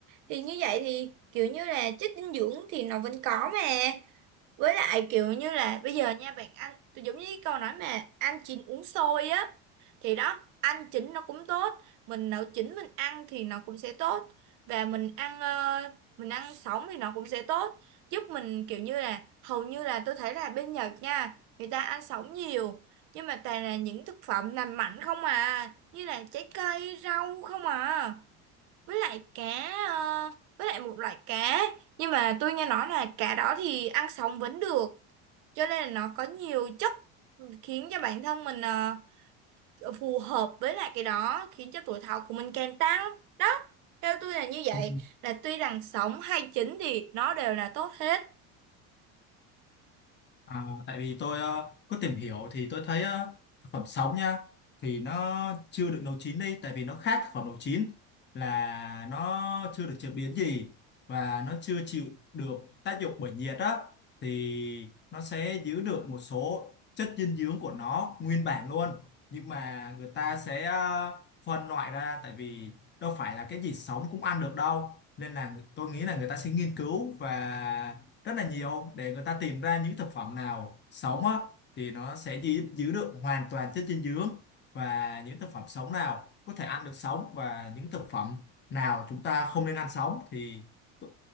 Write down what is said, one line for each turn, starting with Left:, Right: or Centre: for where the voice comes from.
Right: Thì như vậy thì kiểu như là chất dinh dưỡng thì nó vẫn có mà. với lại kiểu như là bây giờ nha bạn ăn tôi giống như cái câu nói mà ăn chín uống sôi á thì đó ăn chín nó cũng tốt mình nấu chín mình ăn thì nó cũng sẽ tốt và mình ăn ờ, mình ăn sống thì nó cũng sẽ tốt giúp mình kiểu như là hầu như là tôi thấy là bên Nhật nha người ta ăn sống nhiều nhưng mà toàn là những thực phẩm làm mạnh không à như là trái cây rau không à với lại cá ờ, với lại một loại cá nhưng mà tôi nghe nói là cá đó thì ăn sống vẫn được cho nên là nó có nhiều chất khiến cho bản thân mình ờ, phù hợp với lại cái đó khiến cho tuổi thọ của mình càng tăng đó theo tôi là như vậy
Left: Ừ.
Right: là tuy rằng sống hay chín thì nó đều là tốt hết
Left: À, tại vì tôi ờ, có tìm hiểu thì tôi thấy ờ, thực phẩm sống nha thì nó chưa được nấu chín đi tại vì nó khác thực phẩm nấu chín là nó chưa được chế biến gì và nó chưa chịu được tác dụng bởi nhiệt á thì nó sẽ giữ được một số chất dinh dưỡng của nó nguyên bản luôn nhưng mà người ta sẽ ờ, phân loại ra tại vì đâu phải là cái gì sống cũng ăn được đâu nên là tôi nghĩ là người ta sẽ nghiên cứu và rất là nhiều để người ta tìm ra những thực phẩm nào sống á thì nó sẽ giữ, giữ được hoàn toàn chất dinh dưỡng và những thực phẩm sống nào có thể ăn được sống và những thực phẩm nào chúng ta không nên ăn sống thì t-